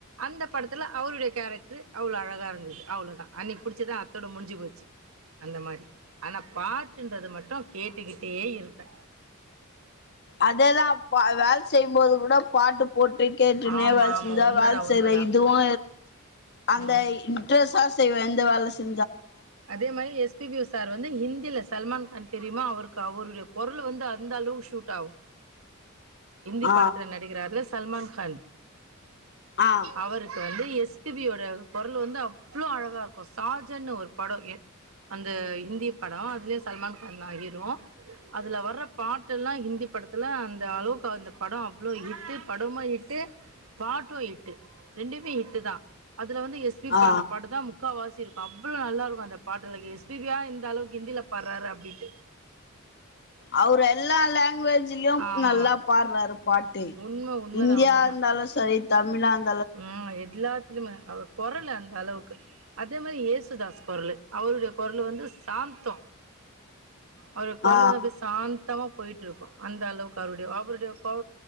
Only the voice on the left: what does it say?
அதேதா அப் அ வேல செய்யும்போது கூட பாட்டு போட்டு கேட்டுனே
வேல
செஞ்சா
வேல
செய்ற இதுவு அந்த
இன்ட்ரஸா செய்வே எந்த வேல செ
ஆ
ஆ ஆ
ஆ
அவரு எல்லா லேங்குவேஜ்லயு
நல்லா பாட்றாரு பாட்டு
இந்தியா
இருந்தாலு சரி தமிழா இருந்
ஆ